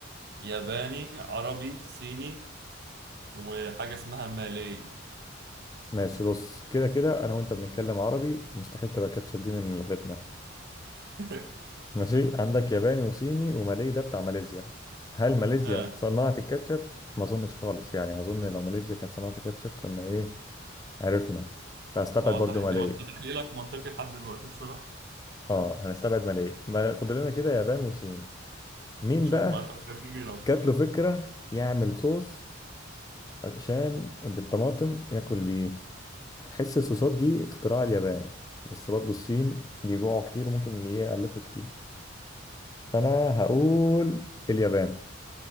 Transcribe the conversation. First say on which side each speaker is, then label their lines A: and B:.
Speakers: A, on the right; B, on the left.
A: ياباني عربي صيني وحاجة اسمها مالي
B: ماشي بص كده كده أنا وأنت بنتكلم عربي مستحيل تبقى كاتشب دي من لغتنا
A: <laughs>
B: ماشي عندك ياباني وصيني ومالي ده بتاع ماليزيا هل ماليزيا
A: ها
B: صنعت الكاتشب؟ ما اظنش خالص يعني اظن لو ماليزيا كانت صنعت الكاتشب كنا ايه عرفنا فهستبعد
A: هو
B: برضو
A: تحليل
B: مالي
A: هو انت تحليلك منطقي لحد دلوقتي الصراحة
B: اه هنستبعد مالي ما فاضل لنا كده يابان وصين مين
A: شوف
B: بقى
A: بقى انت بتحب مين اكتر
B: جات له فكرة يعمل صوص عشان بالطماطم ياكل بيه هتحس الصوصات دي اختراع اليابان بس برضو الصين بيجوعوا كتير وممكن يألفوا كتير فانا هقول اليابان